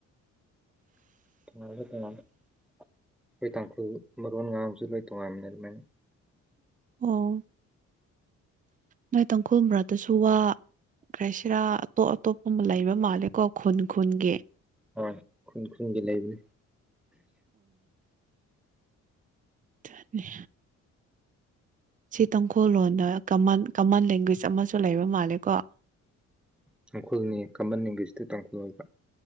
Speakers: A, in the centre; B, on the right (about 25°).
A: ꯊ ꯀꯃ ꯑꯩꯈꯣꯏ ꯇꯥꯡꯈꯨ ꯃꯔꯣꯟ ꯉꯥꯡꯁꯨ ꯂꯣꯏ ꯇꯣꯉꯥꯏꯃꯤꯅꯦ ꯂꯣꯏꯅ
B: ꯑꯣ ꯅꯣꯏ ꯇꯥꯡꯈꯨꯜꯕ꯭ꯔꯥꯗꯁꯨ ꯋꯥ ꯭ꯔꯥꯏꯁꯤꯔꯥ ꯑꯇꯣꯞ ꯑꯇꯣꯞꯄ ꯑꯃ ꯂꯩꯕ ꯃꯥꯜꯂꯦꯀꯣ ꯈꯨꯟ ꯈꯨꯟꯒꯤ
A: ꯑ ꯈꯨꯟ ꯈꯨꯨꯝꯒꯤ ꯂꯩꯕ
B: ꯑꯗꯨꯅꯤ ꯁꯤ ꯇꯥꯡꯈꯨꯜꯂꯣꯟꯣꯟꯗ ꯀꯃꯟ ꯀꯃꯟ ꯂꯦꯡꯒ꯭ꯋꯦꯖ ꯑꯃꯁꯨ ꯂꯩꯕ ꯃꯥꯜꯂꯦꯀꯣ
A: ꯇꯥꯡꯈꯨꯜꯅꯤ ꯀꯃꯟ ꯏꯡꯒꯦꯁꯇ ꯇꯥꯡꯈꯨꯜ ꯑꯣꯏꯕ